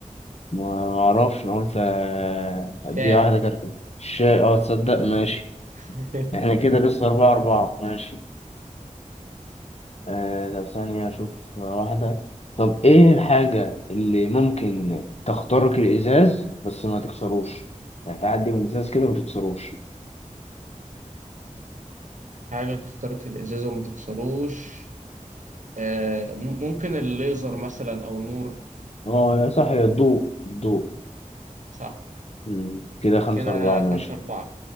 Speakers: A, on the left (about 50°); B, on the right (about 65°).
A: ما اعرفش انا قلت آه، اديها
B: شاي
A: واحده كركديه الشاي اه تصدق ماشي
B: <laughs>
A: احنا كده لسه اربعة اربعة ماشي آه طب ثانية اشوف واحدة طب ايه الحاجة اللي ممكن تخترق الازاز بس ما تكسروش يعني تعدي من الازاز كده ما تكسروش
B: حاجه تخترق الازاز وما تكسروش آه م- ممكن الليزر مثلا او النور
A: اه يا صح يا الضوء الضوء
B: صح
A: مم، كده خمسة
B: كده
A: أربعة ماشي
B: خمسة أربعة